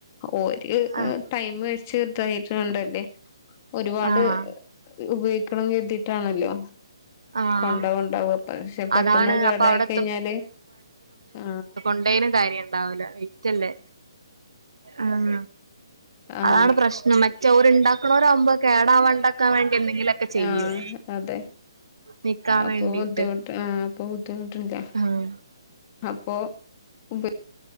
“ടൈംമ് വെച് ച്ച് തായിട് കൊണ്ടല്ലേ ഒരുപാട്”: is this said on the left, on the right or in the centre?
Left